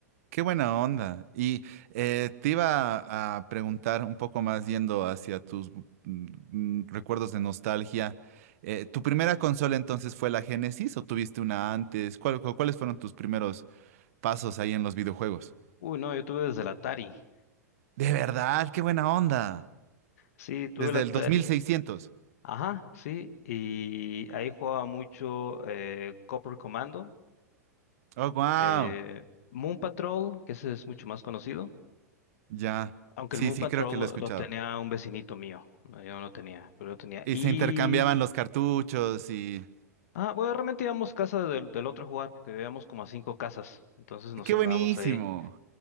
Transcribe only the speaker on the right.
Qué buena onda. Y eh, te iba a preguntar un poco más yendo hacia tus mm, recuerdos de nostalgia. Eh, ¿tu primera consola entonces fue la Genesis o tuviste una antes? ¿Cuál- cu- cuáles fueron tus primeros pasos ahí en los videojuegos?
De verdad, qué buena onda.
Desde
el dos mil seiscientos.
Oh, wow.
Ya.
Sí,
sí,
creo que lo
he escuchado.
Y
se intercambiaban los cartuchos y...
¡Qué
buenísimo!